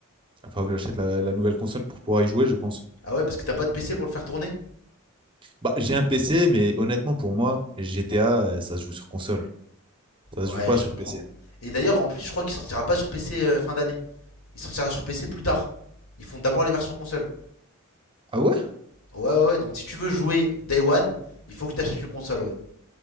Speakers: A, on the right; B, on the left.
A: Il va falloir que j'achète la la nouvelle console pour pouvoir y jouer, je pense.
B: Ah ouais, parce que t'as pas de PC pour le faire tourner
A: Bah, j'ai un PC, mais honnêtement, pour moi, GTA, euh, ça se joue sur console. Ça
B: Ouais,
A: se joue pas
B: je
A: sur
B: comprends.
A: PC.
B: Et d'ailleurs, en plus, je crois qu'il sortira pas sur PC euh, fin d'année. Il sortira sur PC plus tard. Ils font d'abord les versions console.
A: Ah ouais?
B: Ouais, ouais, ouais. Donc si tu veux jouer Day One, il faut que tu achètes une console, ouais.